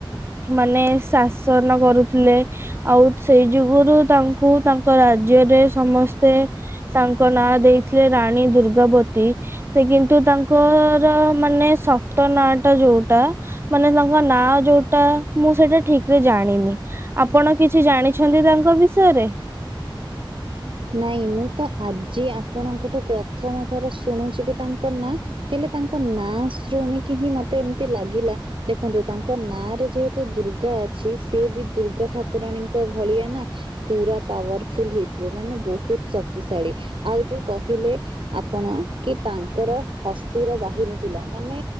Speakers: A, on the right (about 30°); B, on the right (about 75°).
A: ମାନେ- ଶାସନ କରୁଥିଲେ ଆଉ ସେଇ ଯୋଗରୁ ତାଙ୍କୁ ତାଙ୍କ ରାଜ୍ୟରେ ସମସ୍ତେ- ତାଙ୍କ ନାଁ ଦେଇଥିଲେ ରାଣୀ ଦୁର୍ଗାବତୀ। ସେ କିନ୍ତୁ ତାଙ୍କର ମାନେ ସତ ନାଁ ଟା ଯୋଉଟା ମାନେ ତାଙ୍କ ନାଁ ଯୋଉଟା ମୁଁ ସେଇଟା ଠିକ୍ ଜାଣିନି। ଆପଣ କିଛି ଜାଣିଛନ୍ତି ତାଙ୍କ ବିଷୟରେ?
B: ନାଇଁ, ମୁଁ ତ ଆଜି ଆପଣଙ୍କଠୁ ପ୍ରଥମ ଥର ଶୁଣୁଛି କି ତାଙ୍କ ନାଁ। ହେଲେ ତାଙ୍କ ନାଁ ଶୁଣିକି ହିଁ ମତେ ଏମିତି ଲାଗିଲା ଦେଖନ୍ତୁ ତାଙ୍କ ନାଁ ରେ ଯେହେତୁ ଦୁର୍ଗା ଅଛି ସେ ବି ଦୁର୍ଗା ଠାକୁରାଣୀଙ୍କ ଭଳିଆ ନା। ପୁରା ପାୱାରଫୁଲ ହେଇଥିବେ ମାନେ ବହୁତ ଶକ୍ତିଶାଳୀ। ଆଉ ଯୋଉ କହିଲେ ଆପଣ କି ତାଙ୍କର ହସ୍ତିର ବାହିନୀ ଥିଲା। ମାନେ